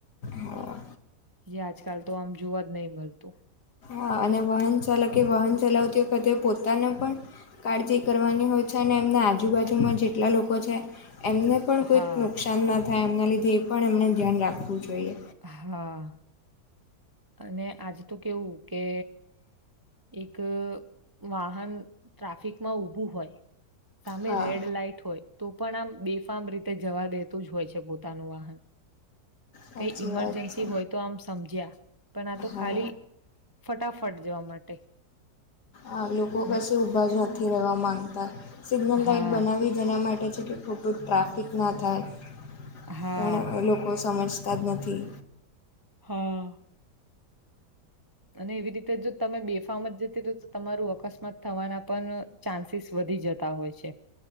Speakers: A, on the left; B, on the right.
A: હા
B: જે આજકાલ તો આમ જોવા જ નહી મળતું.
A: આ અને વાહન ચાલકે વાહન ચલાવતી વખતે પોતાને પણ કાળજી કરવાની હોય છે. અને એમના આજુબાજુમાં જેટલા લોકો છે એમને પણ કોઈક
B: હા
A: નુકસાન ના થાય એમના લીધે એ પણ એમણે ધ્યાન રાખવું જોઈએ.
B: હા. અને આજ તો કેવું કે એક વાહન ટ્રાફિકમાં ઊભું હોય સામે
A: હા
B: રેડ લાઈટ હોય તો પણ આમ બેફામ રીતે જવા દેતું જ હોય છે પોતાનું વાહન. <unintelligible>
A: સાચી
B: કઈ ઈમરજન્સી
A: વાત છે
B: હોય તો આમ સમજ્યા પણ આ તો
A: હા
B: ખાલી ફટાફ ફટ જવા માટે
A: આ લોકો
B: અને
A: કશી ઊભા જ નથી રહેવા માંગતા. સિગ્નલ લાાઈટ
B: હા
A: બનાવી જેના માટે છે કે ખોટું ટ્રાફિક ના થાય.
B: હા
A: પણ લોકો સમજતા જ નથી.
B: હા. અને એવી રીતે જો તમે બેફામ જ જતી હો તો તમારું અકસ્માત થવાના પણ ચાન્સીસ વ ધી જતા હોય છે.